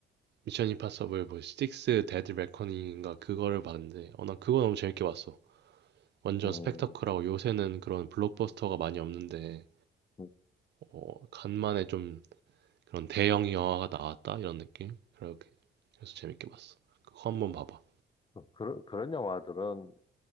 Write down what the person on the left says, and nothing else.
음,
음.
그- 그런, 그런 영화들은